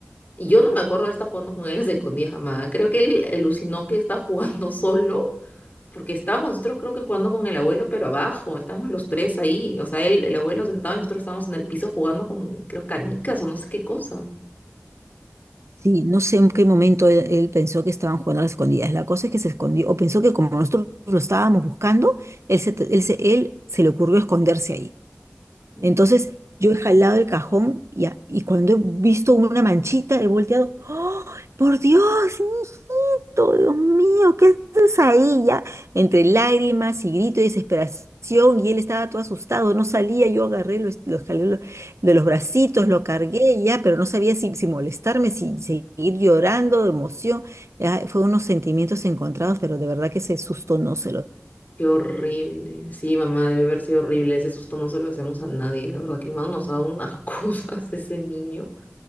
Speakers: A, on the left; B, on the right.
A: Y yo no me acuerdo de estar jugando con él a escondidas jamás. Creo que él alucinó que está jugando <laughs> solo, porque estábamos nosotros creo que jugando con el abuelo, pero abajo, estábamos los tres ahí. O sea, él, el abuelo sentado y nosotros estábamos en el piso jugando con, creo, canicas o no sé qué cosa.
B: Sí, no sé en qué momento él, él pensó que estaban jugando a las escondidas. La cosa es que se escondió, o pensó que como nosotros lo estábamos buscando, él se, él se, él se le ocurrió esconderse ahí.
A: Mm.
B: Entonces yo he jalado el cajón y, a- y cuando he visto una manchita, he volteado, ¡Oh, por Dios, hijito! Dios mío, ¿qué haces ahí ya? Entre lágrimas y grito de desesperación y él estaba todo asustado, no salía, yo agarré, lo, es- lo jalé lo- de los bracitos, lo cargué ya, pero no sabía si, si molestarme, si seguir llorando de emoción. Ya, fue unos sentimientos encontrados, pero de verdad que ese susto no se lo
A: Qué horrible. Sí, mamá, debe haber sido horrible. Ese susto no se lo hacemos a nadie. La verdad que hermano nos ha dado unas <laughs> cosas ese niño.